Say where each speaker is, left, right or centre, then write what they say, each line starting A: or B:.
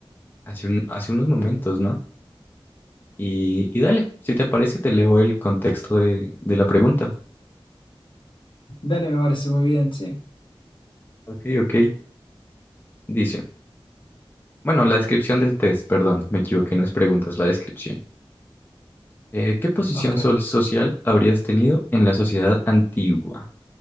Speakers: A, on the left; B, on the left.
A: hace, un- hace unos momentos, ¿no? Y, y dale, si te parece, te leo el contexto de, de la pregunta.
B: Dale, me parece muy bien, sí.
A: Ok, ok. Dice. Bueno, la descripción del test, perdón, me equivoqué, no es preguntas, la descripción. Eh, ¿qué posición
B: Ok,
A: sol- social habrías tenido en la sociedad antigua?